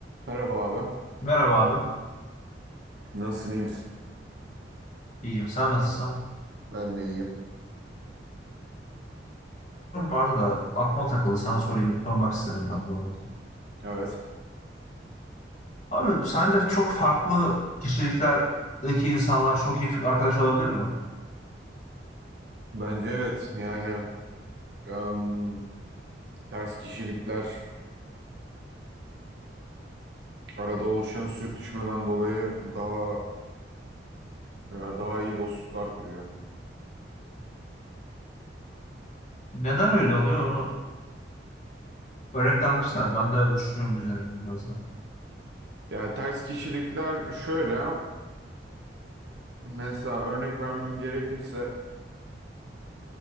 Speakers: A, on the right; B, on the left.
A: Merhaba abi.
B: Merhaba abi.
A: Nasılsın, iyi misin?
B: İyiyim. Sen nasılsın?
A: Ben de iyiyim.
B: Sorum vardı da aklıma takıldı. Sana sorayım, sormak istedim ben de onu.
A: Evet.
B: Abi sence çok farklı kişiliklerdeki insanlar çok iyi arkadaş olabilir mi?
A: Bence evet. Yani em, ters kişilikler arada oluşan sürtüşmeden dolayı daha e, daha iyi dostluklar kuruyor.
B: Neden öyle oluyor onu örneklendirsene. Ben de düşünüyorum üzerinde biraz da.
A: Yani ters kişilikler şöyle. Mesela örnek vermem gerekirse